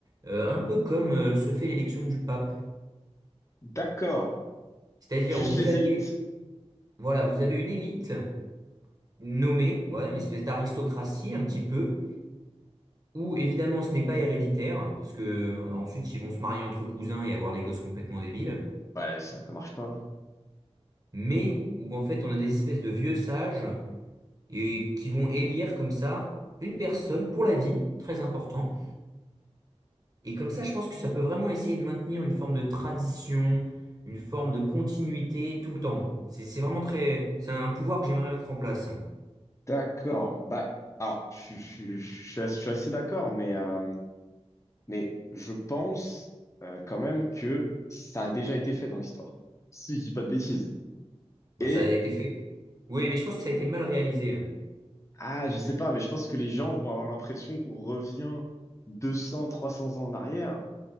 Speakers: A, on the right (about 35°); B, on the left (about 25°).
A: euh, un peu comme euh, se fait l'élection du pape.
B: D'accord.
A: C'est-à-dire
B: Juste
A: où vous
B: les
A: avez,
B: élites.
A: voilà, vous avez une élite nommée, voilà, une espèce d'aristocratie un petit peu, où évidemment ce n'est pas héréditaire, parce que euh, ensuite ils vont se marier entre cousins et avoir des gosses complètement débiles,
B: Ouais, sinon ça marche pas. hein.
A: mais où en fait on a des espèces de vieux sages et qui vont élire comme ça une personne pour la vie, très important. Et comme ça, je pense que ça peut vraiment essayer de maintenir une forme de tradition, une forme de continuité tout le temps. C'est c'est vraiment très, c'est un pouvoir que j'aimerais mettre en place.
B: D'accord. Bah, alors, je, je- je- je suis je suis assez d'accord, mais, euh, mais je pense euh, quand même que ça a déjà été fait dans l'histoire, si je dis pas de bêtises.
A: Bah,
B: Et,
A: ça a été fait. Oui, mais je pense que ça a été mal réalisé.
B: ah, je sais pas, mais je pense que les gens vont avoir l'impression qu'on revient deux cents trois cents ans en arrière